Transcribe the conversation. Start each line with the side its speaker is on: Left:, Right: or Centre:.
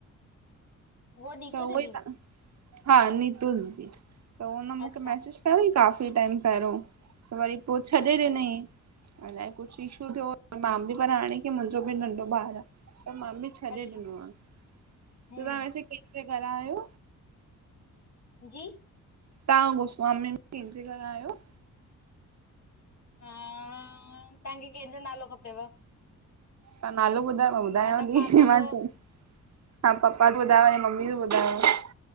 Left: वो नीतू
Right: त
Left: दीदी
Right: उहोई त हा नीतुल जी त उन मूंखे
Left: अच्छा
Right: मैसेज पेहिरे काफ़ी टाइम पेहरियों त वरी पो छॾे
Left: अच्छा
Right: ॾिनईं। अलाए, कुछ इशू थियो। मां बि पर हाणे की मुंजो बि नंढो ॿार आ। त मां बि छॾे
Left: अच्छा
Right: ॾिनो आ। त
Left: हम्म
Right: तहां वैेसे केंजे घरां आयो?
Left: जी
Right: तव्हां गोसवामी में केंजे घर आयो?
Left: अ तहांखे केंजो नालो खपेव।
Right: तहां नालो ॿुधायो, मां ॿुधायांव
Left: मतिलब
Right: ती
Left: पापा
Right: माचल
Left: जो
Right: हा पपा जो ॿुधायो ऐं या मम्मी जो ॿुधायो।